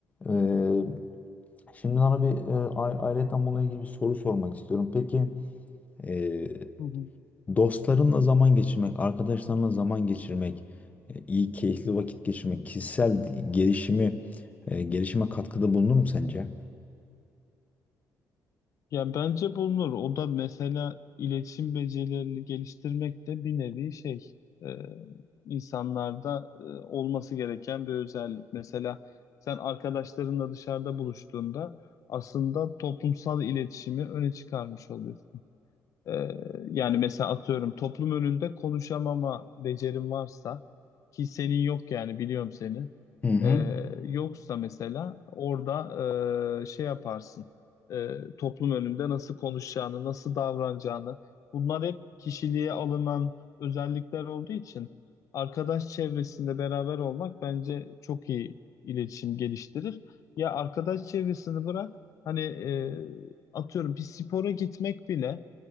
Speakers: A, on the left (about 20°); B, on the left (about 55°).
A: Ee, Şimdi sana bir e, a- ayrıyeten bununla ilgili bir soru sormak istiyorum. Peki e,
B: hı hı.
A: dostlarınla zaman geçirmek, arkadaşlarınla zaman geçirmek, e, iyi keyifli vakit geçirmek, kişisel gelişimi e, gelişime katkıda bulunur mu sence?
B: Ya bence bulunur. O da mesela iletişim becerilerini geliştirmek de bir nevi şey e, insanlarda e, olması gereken bir özellik. Mesela sen arkadaşlarınla dışarıda buluştuğunda aslında toplumsal iletişimi öne çıkarmış oluyorsun. Ee, yani mesela atıyorum toplum önünde konuşamama becerim varsa ki senin yok yani biliyorum seni.
A: Hı hı.
B: Ee, yoksa mesela orada e, şey yaparsın. Ee, toplum önünde nasıl konuşacağını, nasıl davranacağını. Bunlar hep kişiliğe alınan özellikler olduğu için arkadaş çevresinde beraber olmak bence çok iyi iletişim geliştirir. Ya arkadaş çevresini bırak hani e, atıyorum bir spora gitmek bile